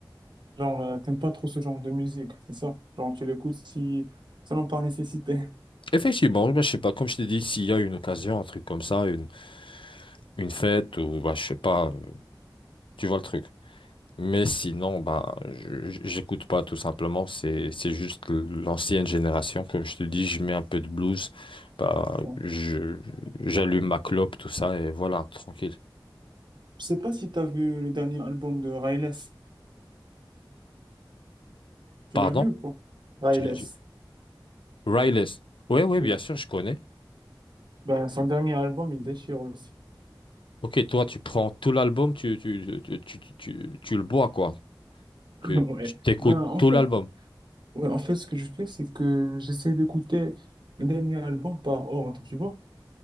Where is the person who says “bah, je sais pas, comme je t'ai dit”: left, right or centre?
Left